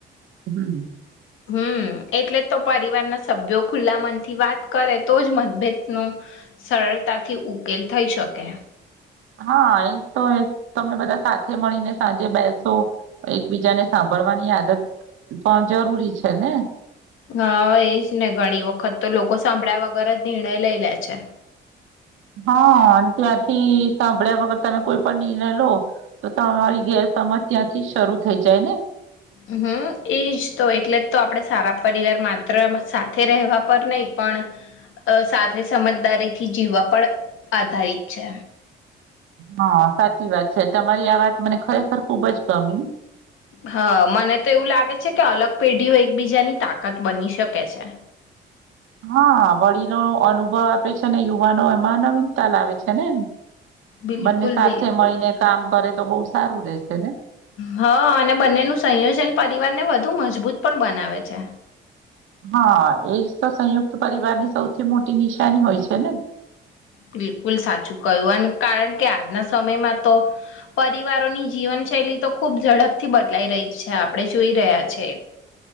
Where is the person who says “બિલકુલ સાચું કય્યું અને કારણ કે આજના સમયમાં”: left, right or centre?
Left